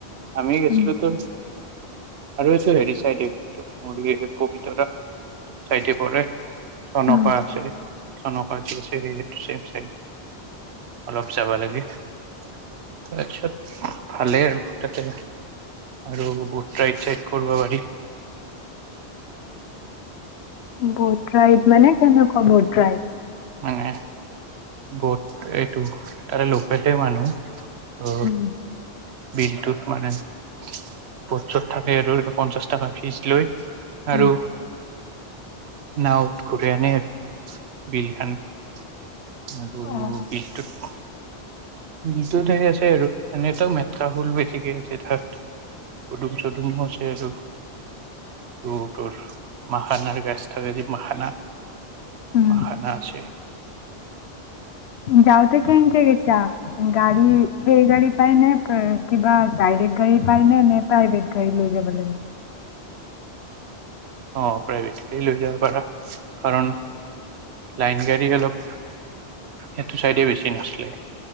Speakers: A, on the right; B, on the left.
A: আমি গেছিলো
B: উম,
A: তোৰ, আৰু হৈছে হেৰি চাইদে, মোৰ এই পবিতৰা চাইদে পৰে চনকা
B: উম,
A: আছে। চনকা তিনচিৰি চেম চাইদ, অলপ যাবা লাগে। তাৰপিছত ভালেই আৰু তাতে আৰু গ ট্ৰাইক চাইক কৰবা পাৰি।
B: বট ৰাইদ মানে? কেনেকুৱা বট ৰাইদ?
A: মানে, বহুত এইটো তাৰে লোকেলে মানুহ, অ
B: উম,
A: বিলটোত মানে, স্পৰ্টছত থাকে আৰু ইতো পঞ্চাশ টাকা ফিচ লৈ।
B: উম।
A: আৰু নাওঁত ঘুৰাই আনে বিল <unintelligible> <inaudible> আৰু
B: অ'।
A: বিলটোত বিলটো হে আছে আৰু। এনেতো মেথকা ফুল বেছিকে আছে তাত পুদুম চদুমো আছে আৰু, ত তোৰ মাখানাৰ গাছ থাকে য মাখানা
B: উম,
A: মাখানা আছে।
B: যাওঁতে কেনকে গৈছা গাড়ী সেই গাড়ী পাই নে কিবা ডাইৰেক্ট গাড়ী পায় নে নে প্ৰাইভেট গাড়ী লৈ যাব লাগে।
A: অ প্ৰাইভেট লৈ যাব পাৰা কাৰণ লাইন গাড়ী অলপ হেইটো চাইডে বেছি নছলে